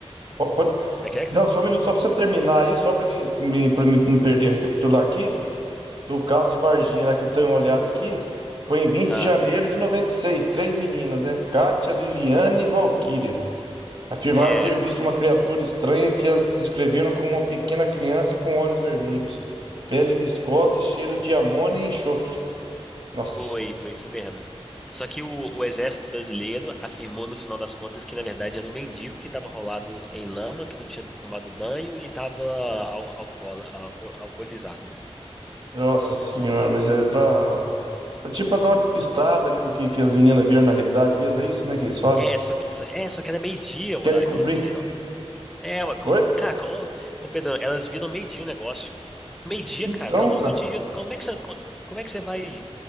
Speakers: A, on the right; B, in the centre.
A: po- pode-
B: Como é que é que
A: não,
B: você.
A: só um minuto, só para você terminar aí, só para mim, para mim pra mim não perder, recapitular aqui. Do caso de Varginha, lá que eu tenho uma olhada aqui, foi em vinte
B: Ah,
A: de janeiro de noventa e seis Três meninas, né? Kátia, Liliane e Valquíria. Afirmaram
B: é.
A: ter visto uma criatura estranha que as descreveram como uma pequena criança com olhos vermelhos, pele viscosa e cheiro de amônia e enxofre. Nossa,
B: Foi, foi isso mesmo. Só que o, o exército brasileiro afirmou no final das contas que na verdade era um mendigo que estava rolado em lama, que não tinha tomado banho e estava al alcool- alco- alcoolizado.
A: nossa senhora, mas é pra, pra tipo pra dar uma despistada ali do que, que as meninas viram na realidade mesmo. É isso, né? Que eles fazem?
B: É, só que, é, só que era meio-dia o
A: Querem
B: horário
A: cobrir.
B: que elas viram. É, ué, como-
A: Oi?
B: cara, co- ô, ô, Pedrão, elas viram meio-dia o negócio. Meio-dia,
A: Então,
B: cara, tá a luz
A: cara,
B: do dia. Como é que você, co- como é que você vai